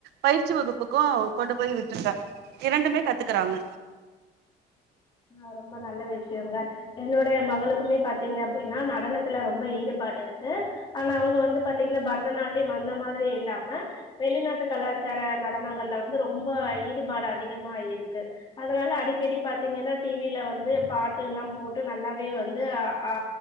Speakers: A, on the right (about 80°); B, on the left (about 25°).
A: பயிற்சி வகுப்புக்கு கொண்டு போய் விட்டுருக்க இரண்டுமே கத்துக்குறாங்க
B: ஆ ரொம்ப நல்ல விஷயங்க என்னுடைய மகளுக்குமே பாத்தீங்க அப்டின்னா நடனத்துல ரொம்ப ஈடுபாடு இருக்கு ஆனா அவங்க வந்து பாத்தீங்கன்னா பரதநாட்டியம் அந்த மாதிரி இல்லாம வெளிநாட்டு கலாச்சார நடனங்கள்ல வந்து ரொம்ப ஈடுபாடு அதிகமா இருக்கு அதனால அடிக்கடி பாத்தீங்கன்னா டி வில வந்து பாட்டுல்லா போட்டு நல்லாவே வந்து அ ஆ